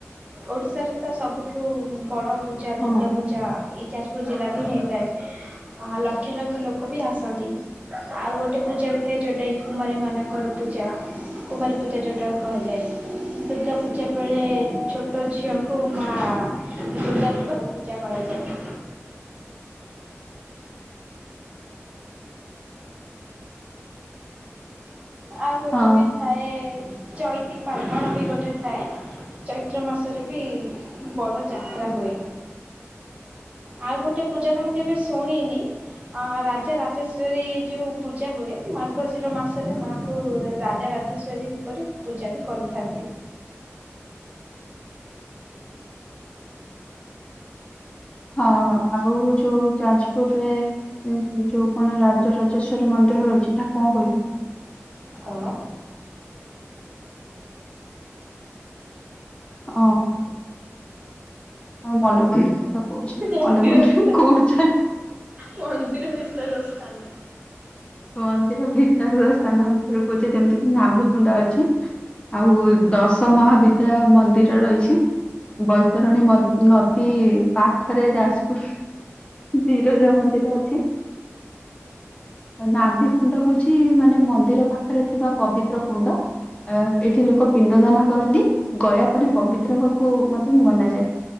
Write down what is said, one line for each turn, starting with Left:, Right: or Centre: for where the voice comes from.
Right: ଓଡ଼ିଶାରେ ତ ସବୁଠୁ ବଡ଼ ପୂଜା
Left: ହଁ
Right: ଦୁର୍ଗା ପୂଜା ଏ ଯାଜପୁର ଜିଲ୍ଲାରେ ହିଁ ହେଇଥାଏ। ଆ ଲକ୍ଷ ଲକ୍ଷ ଲୋକ ବି ଆସନ୍ତି। ଆଉ ଗୋଟେ ପୂଜା ବି ଥାଏ ଯୋଉଟାକି କୁମାରୀମାନଙ୍କର ପୂଜା। କୁମାରୀ ପୂଜା ଯୋଉଟା କୁହାଯାଏ। ଦୁର୍ଗା ପୂଜା ବେଳେ ଛୋଟ ଝିଅଙ୍କୁ ମା ଦୁର୍ଗା ରୂପରେ ପୂଜା କରାଯାଏ। ଆଉ ଗୋଟେ
Left: ହଁ
Right: ବି ଥାଏ ଚଇତି <unintelligible> ବି ଗୋଟେ ଥାଏ। ଚୈତ୍ର ମାସରେ ବି ବଡ଼ ଯାତ୍ରା ହୁଏ। ଆଉ ଗୋଟେ ପୂଜା ତ ମୁଁ କେବେ ଶୁଣିନି ଅ ରାଜା ରାଜେଶ୍ଵରୀ ଯୋଉ ପୂଜା ହୁଏ ମାର୍ଗଶିର ମାସରେ ମା ଙ୍କୁ ରାଜା ରାଜେଶ୍ଵରୀ ରୂପରେ ପୂଜା ବି କରିଥାନ୍ତି।
Left: ହଁ ଆଉ ଯୋଉ ଯାଜପୁରରେ ଉଁ ଯୋଉ କଣ ରାଜରାଜେଶ୍ଵରୀ ମନ୍ଦିର ରହିଚି ନା କଣ କହିଲୁ?
Right: କଣ?
Left: ଆଁ ହଁ ମନେପଡ଼ୁନି କଥା କହୁଚି
Right: ମନ୍ଦିର
Left: ମନେ ପଡ଼ୁନି
Right: ଭିତର
Left: କୋଉଠୁ ଛାଡ଼ି
Right: ମନ୍ଦିର ଭିତରର ସ୍ଥାନ।
Left: ମନ୍ଦିର ଭିତରର ସ୍ଥାନ <unintelligible> କହୁଛ ଯେମିତି କିି ନାଭିକୁଣ୍ଡ ଅଛି ଆଉ ଦଶ ମହାବିଦ୍ୟା ମ ନ୍ଦିର ରହିଚି ବୈତରଣୀ ମ ନଦୀ ପା ଖରେ ଯାଜପୁର ବିରଜା ମନ୍ଦିର ଅଛି। ନାଭିକୁୁଣ୍ଡ ହଉଚି ମାନେ ମନ୍ଦିର ପାଖରେ ଥିବା ପବିତ୍ର କୁଣ୍ଡ ଏଇଠି ଲୋକ ପିଣ୍ଡ ଦାନ କରନ୍ତି। ଗୟା ଏପରି ପବିତ୍ରବାକୁ ମତେ ମନାଯାଏ।